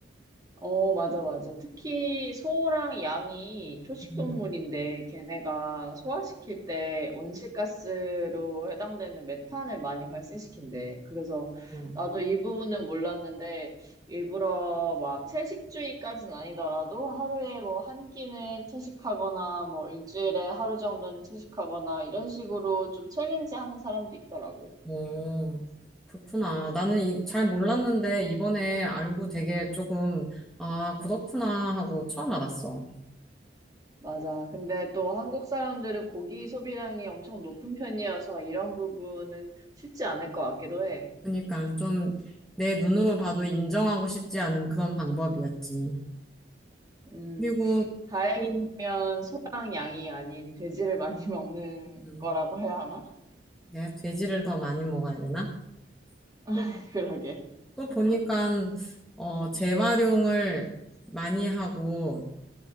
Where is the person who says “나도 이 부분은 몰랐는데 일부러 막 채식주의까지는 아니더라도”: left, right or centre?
Right